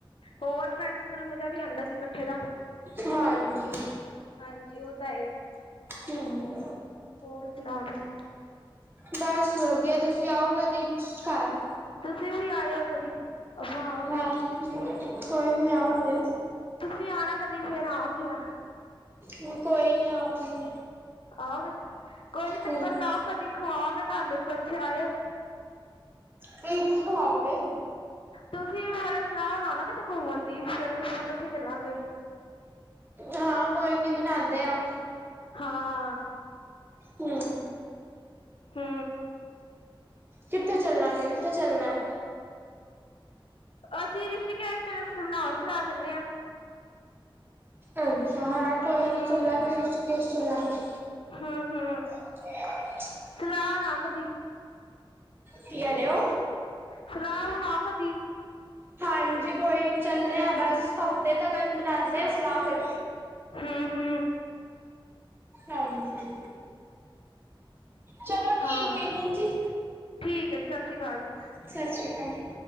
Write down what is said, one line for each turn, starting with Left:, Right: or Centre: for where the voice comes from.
Left: ਹੋਰ ਫਰੈਂਡਸ ਨਾਲ ਮੂਜਾ ਵੀ ਆਉਂਦਾ ਸੀ‌ ਇਕੱਠੇ ਦਾ।
Right: ਹਾਂਜੀ।
Left: ਹਾਂਜੀ ਉਹ ਤਾਂ ਹੈਹੀ।
Right: ਹਮ।
Left: ਹੋਰ ਸੁਣਾਓ ਤੁਸੀਂ?
Right: ਬੱਸ ਵਧੀਆ, ਤੁਸੀਂ ਆਓ ਕਦੀ ਘਰ।
Left: ਤੁਸੀਂ ਵੀ ਆਇਓ ਕਦੀ। ਆਪਾਂ ਆਵਾਂਗੇ
Right: ਹਾਂ ਕੋਈ ਨੀ ਆਵਾਂਗੇ।
Left: ਤੁਸੀਂ ਆਉਣਾ ਕਦੀ ਫੇਰ ਆਵਾਂਗੀ ਮੈਂ।
Right: ਮੈਂ ਕੋਈ ਨੀ ਆਵਾਂਗੇ।
Left: ਆ ਵੇ, ਕੋਈ ਨੀ ਚੱਕਰ
Right: ਹੂੰ
Left: ਲਾਓ ਕਦੀ ਖਵਾਵਾਂਗੇ ਤੁਹਾਨੂੰ ਵੀ ਕੁਛ ਆਇਓ।
Right: ਤੁਸੀ ਕਾਤੋ ਆਓਗੇ।
Left: ਤੁਸੀਂ ਵੀ ਫਿਰ ਸਲਾਹ ਬਣਾਓ ਨਾ ਕਿਤੇ ਘੁੰਮਣ ਦੀ ਫਿਰ ਕੱਠੇ ਚੱਲਾਂਗੇ।
Right: ਹਾਂ ਕੋਈ ਨੀ ਬਣਾਦੇ ਆ।
Left: ਹਾਂ
Right: ਹੂੰ
Left: ਹੂੰ
Right: ਕਿੱਥੇ ਚੱਲਾਂਗੇ ਕਿੱਥੇ ਚੱਲਣਾ?
Left: ਅਸੀਂ ਰਿਸ਼ੀਕੇਸ਼ ਤੇ ਰਸ ਬਣਾਓ ਸਲਾ ਚੱਲੇ ਆ।
Right: ਅੱਛਾ ਹਾਂ ਕੋਈ
Left: ਹੂੰ
Right: ਨੀ ਚੱਲਾਂਗੇ ਰਿਸ਼ੀਕੇਸ਼ ਚੱਲਾਂਗੇ।
Left: ਹੂੰ-ਹੂੰ।
Right: <unintelligible>
Left: ਸਲਾਹ ਨਾ ਕਦੀ
Right: ਕੀ ਕਹਿ ਰੇ ਓ?
Left: ਸਲਾਹ ਬਣਾਓ ਕਦੀ
Right: ਹਾਂਜੀ ਕੋਈ ਨੀ ਚੱਲੇ ਆ ਬੱਸ ਹਫ਼ਤੇ ਤੱਕ ਬਨਾਦੇ ਆ ਸਲਾਹ ਫਿਰ।
Left: ਹੂੰ-ਹੂੰ
Right: ਹਾਂਜੀ। ਚਲੋ
Left: ਹਾਂ,
Right: ਠੀਕ ਹੈ ਹਾਂਜੀ,
Left: ਠੀਕ ਆ ਜੀ। ਸਾਸਰੀ ਕਾਲ ਜੀ,
Right: ਸਤਿ ਸ਼੍ਰੀ ਅਕਾਲ।